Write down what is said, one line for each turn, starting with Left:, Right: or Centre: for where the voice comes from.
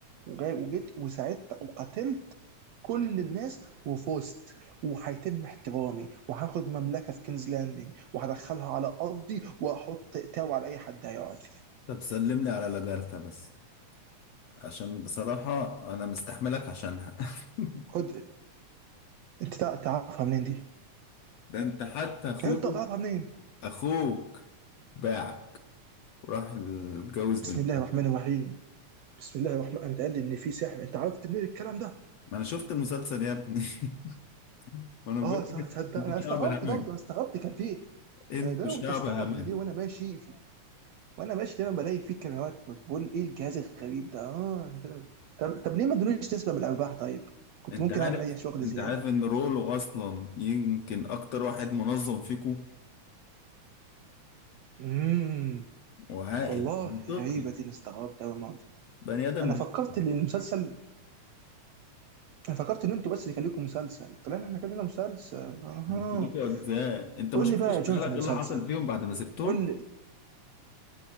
Right: وجاي وجيت وساعدت وقتلت كل الناس وفزت وهيتم احترامي وهاخد مملكة في كينز لاندنج وهدخلها على ارضي واحط تاو على اي حد هيقعد فيها
Left: طب سلم لي على لاجارتا بس عشان بصراحة انا مستحملك عشانها <laughs>
Right: خد انت تع- تعرفها منين دي
Left: ده انت حتى اخوك
Right: انت تعرفها منين
Left: اخوك باعك وراح اتجوز بنت
Right: بسم الله الرحمن الرحيم بسم الله الرحمن انت قال لي ان في سحر انت عرفت منين الكلام ده
Left: ما انا شفت المسلسل يا ابني <laughs> ما انا بقول
Right: اه صح
Left: لك
Right: تصدق
Left: انتوا
Right: انا
Left: شعب
Right: استغربت
Left: همجي
Right: برضه انا استغربت كان في إيه؟
Left: انتوا
Right: انا دايما
Left: شعب
Right: كنت استغرب
Left: همجي
Right: ان ليه وانا ماشي وانا ماشي دايما بلاقي فيه كاميرات كنت بقول ايه الجهاز الغريب ده اه انا فاهم طب طب ليه ما ادونيش نسبه من الارباح طيب كنت
Left: انت
Right: ممكن
Left: عارف
Right: اعمل اي شغل
Left: انت
Right: زياده
Left: عارف ان رولو اصلا يمكن اكتر واحد منظم فيكم
Right: امم
Left: وعاقل
Right: والله
Left: منطقي
Right: غريبه دي انا استغربت قوي الموضوع
Left: بني ادم
Right: انا
Left: بيفهم.
Right: فكرت ان المسلسل انا فكرت ان انتوا بس اللي خليكم مسلسل طلعنا احنا كلنا مسلسل اها
Left: انتوا ليكوا اجزاء انت ما
Right: قول
Left: شفتش
Right: لي بقى يا
Left: بالك
Right: جون في المسلسل
Left: ايه اللي حصل فيهم بعد ما سبتهم
Right: قول لي